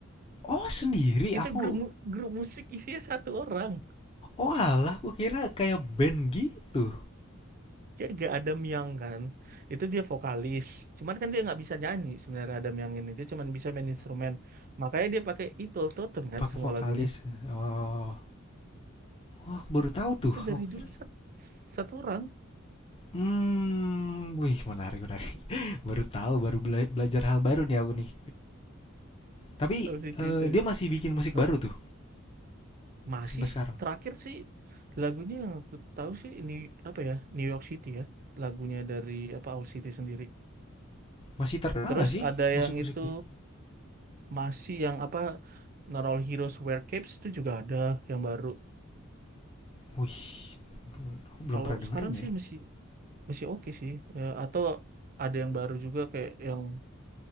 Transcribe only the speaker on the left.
Oh sendiri
aku
Oh oalah aku kira kayak band gitu,
pakai
vokalis,
oh. Oh aku baru tahu tuh
aku
kira
Hmm. wih menarik menarik <laughs> baru tahu baru bela belajar hal baru nih aku nih. Tapi,
eee,
dia masih bikin musik
baru tuh
sampai sekarang?
Masih terkenal
gak sih
musik-musik
dia?
Wih aku belum
pernah
dengerin ya.